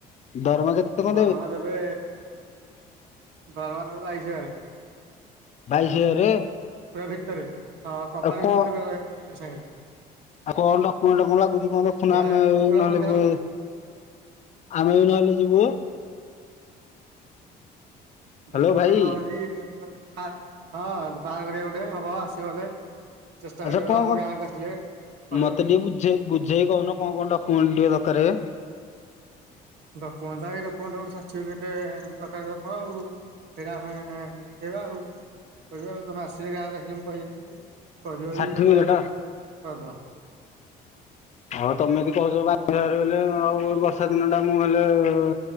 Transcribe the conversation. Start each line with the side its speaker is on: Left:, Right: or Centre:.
Left: ଦରମା କେତେ କଣ
Right: ଦରମା ଦେବେ ଦରମା ଦେବେ ବାଇଶି ହଜାରେ।
Left: ବାଇଶି ହଜାରେ
Right: ପୁରା ଭିତରେ ହଁ କମ୍ପାନୀ
Left: ଆଉ କଣ
Right: ଭିତରେ ପୁରା ରହିବ ଇଞିନିଅର ସାଙ୍ଗରେ।
Left: ଆଉ କଁ ଡକ୍ୟୁମେଣ୍ଟ କଁ ଲାଗୁଛି କଁ ଦେଖୁନ
Right: ପୁରା
Left: ଆମେ
Right: ପୁରା
Left: ନହେଲେ
Right: ବୁଝାବୁଝି।
Left: ବେ ଆମେ ବି ନହେଲେ ଯିବୁ। ହ୍ୟାଲୋ
Right: ଡକ୍ୟୁମେଣ୍ଟ
Left: ଭାଇ
Right: ଗୋଟେ ହଉଛି ବା ବାହା ହଁ ବାହାଘରିଆ ଗୋଟେ ହବ ଆସିଗଲେ। ଚେଷ୍ଟା
Left: ଆଚ୍ଛା
Right: କରି ଦେଲେ
Left: କଣ
Right: ହବ
Left: କଣ
Right: ଗାଁକୁ ଆସିଲେ କହିବ।
Left: ମତେ ଟିକେ ବୁଝେ। ବୁଝେଇ କହୁନ କଁ କଁ ଡକ୍ୟୁମେଣ୍ଟ ଟିକେ ଦକାରେ।
Right: ଡକ୍ୟୁମେଣ୍ଟ ଏଇ ଡକ୍ୟୁମେଣ୍ଟ ଗୋଟେ ସାର୍ଟିଫିକେଟ୍ ଦକାର ହବ ଆଉ। ସେଇଟା ଆମେ ଦେଖେଇବା ଆଉ କହିବା ଆଉ ତମେ ଆସିଲେ ଗାଁକୁ ଆସିଲେ ମୁଁ କହିବିିନି କି। କରିବ ଯଦି
Left: ସାର୍ଟିଫିକେଟ
Right: ତ କହିବ କରିଦବା।
Left: ହଁ ତମେ ଯଦି କହୁଛ ବାଇଶି ହଜାର ବେଲେ ଆଉ ବର୍ଷା ଦିନ ଟା ମୁଁ ହେଲେ ଆଉ